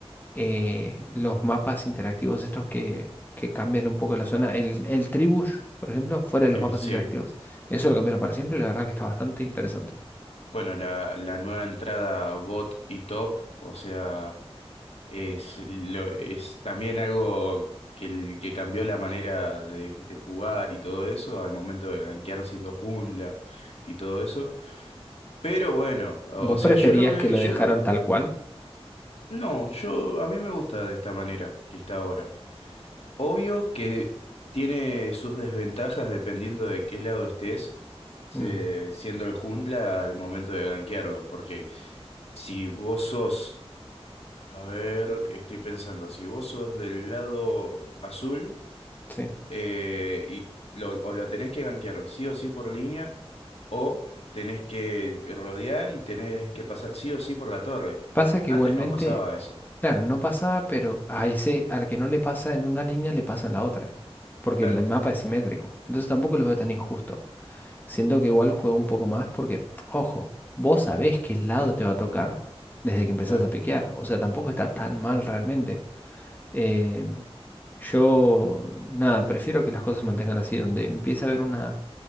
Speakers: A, on the left; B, on the left.
A: eh, los mapas interactivos estos que, que cambian un poco la zona, el, el Tribush, por ejemplo, fuera de
B: eh,
A: los mapas
B: sí.
A: interactivos. Eso lo cambiaron para siempre, y la verdad que está bastante interesante.
B: Bueno, la, la nueva entrada bot y top, o sea... Es, lo- es también algo que, el- que cambió la manera de, de jugar y todo eso al momento de gankear siendo jungla y todo eso. Pero bueno, o,
A: ¿Vos
B: o sea,
A: preferías
B: yo lo veo,
A: que lo
B: yo
A: dejaron
B: lo,
A: tal cual?
B: no, yo, a mí me gusta de esta manera que está ahora. Obvio que tiene sus desventajas dependiendo de qué lado estés, se-
A: Mm,
B: siendo el jungla al momento de gankearlo, porque si vos sos A ver, estoy pensando, si vos sos del lado azul
A: sí.
B: eh, y lo, o lo tenés que gankear sí o sí por línea, o tenés que rodear y tenés que pasar sí o sí por la torre.
A: Pasa que
B: Antes
A: igualmente,
B: no pasaba eso.
A: claro, no pasaba, pero a ese, al que no le pasa en una línea, le pasa en la otra. Porque
B: Claro,
A: el mapa es simétrico. Entonces tampoco lo veo tan injusto. Siento que igual juego un poco más porque, ojo, vos sabés qué lado te va a tocar desde que empezás
B: claro.
A: a piquear. O sea, tampoco está tan mal realmente. Eh, yo, nada, prefiero que las cosas se mantengan así, donde empieza a haber una